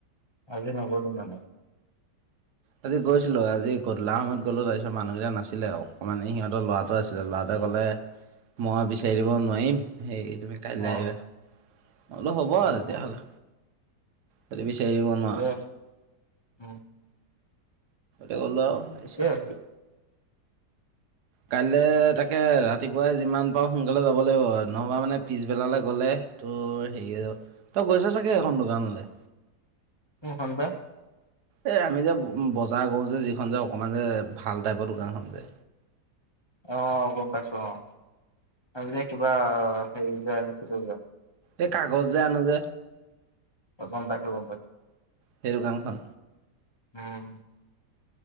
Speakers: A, on the left; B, on the right.
A: আজি নগলি মানে।
B: আজি গৈছিলো আজি গধলা সমত গলো তাৰপিছত মানুহকেইটা নাছিলে অকণমানে সিহঁত লৰাটো আছিলে ল'ৰাটা। কলে মই বিচাৰি দিব নোৱাৰিম সেই তুমি কাইলৈ
A: অ
B: আহিবা। অলপ হ'ব আৰু
A: অ
B: তেতিয়াহ'লে।
A: অ
B: সেইটো বিছাৰি নোৱা।
A: ঠিকে আছে উম
B: গ'ল আৰু তাৰপিছত।
A: ঠিকে আছে
B: কাইলে তাকে ৰাতিপুৱাই যিমান পাৰওঁ সোনকালে যাব লাগিব নহবা মানে পিছবেলালৈ গলে। তোৰ হেৰিয়ে য তই গৈছ চাগে এখন দোকানলৈ।
A: কোনখন বা।
B: এই আমি যে বজাৰ কৰো যে যিখন যে অকমান যে ভাল টাইপৰ দোকানখন যে।
A: আহ গম পাইছো আহ আমি যে কিবা হেৰি য নাছিলো।
B: এই কাগজ যে আনো যে।
A: গম পাইছো গম পাইছোঁ।
B: সেই দোকানখন।
A: উম।